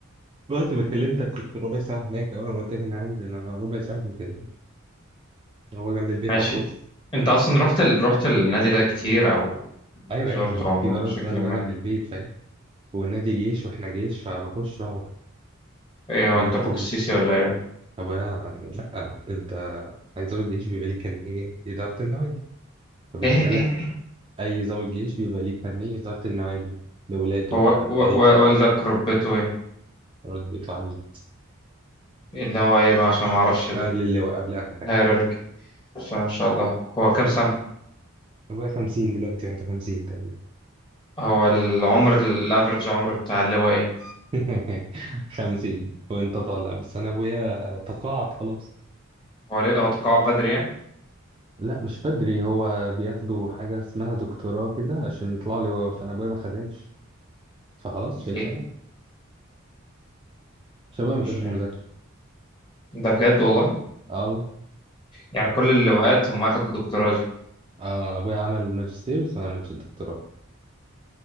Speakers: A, on the right; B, on the left.
A: وقت ما كلمتك كنت ربع ساعة هناك أول ما قلت لك أنا هنزل أنا ربع ساعة كنت هناك هو جنب البيت
B: ماشي
A: على طول
B: أنت أصلا رحت ال... رحت النادي ده كتير أو
A: أيوة
B: زرته
A: يا ابني
B: عموما
A: في فيروس
B: بشكل
A: بقى
B: ما
A: جنب البيت فاهم والنادي جيش وإحنا جيش فبخش بقى على طول
B: إيه هو
A: باجي
B: أنت
A: كتير
B: بوكس سيسي ولا إيه
A: طب أنا لأ أنت عايز ضابط جيش بيبقى ليه كارنيه إدارة النوادي فبيدخلك
B: إيه إيه, إيه؟
A: أي ضابط جيش بيبقى ليه كارنيه إدارة النوادي لولاده
B: هو
A: لع- لعيلته
B: و... و... والدك ربته إيه
A: مرات بيطلع مين
B: اللي هو ايه بقى عشان ما اعرفش
A: قبل اللواء قبل آخر حاجة
B: الهيراركي بس ان شاء الله هو كام سنة
A: أبويا خمسين دلوقتي وأنت خمسين تقريبا
B: هو العمر الافرج عمر بتاع اللواء ايه
A: <laughs> خمسين وأنت طالع بس أنا أبويا تقاعد خلاص
B: هو ليه هو تقاعد بدري يعني
A: لا مش بدري هو بياخدوا حاجة اسمها دكتوراه كده عشان يطلعوا لواء فأنا أبويا ما خدهاش فخلاص
B: ليه
A: فيطلع لواء عشان أبويا ما بيحبش
B: مش فاهم
A: المذاكرة
B: ده بجد والله
A: آه والله.
B: يعني كل اللواءات هم اخدوا دكتوراه دي
A: آه، أبويا عمل ماجستير بس ما عملش الدكتوراه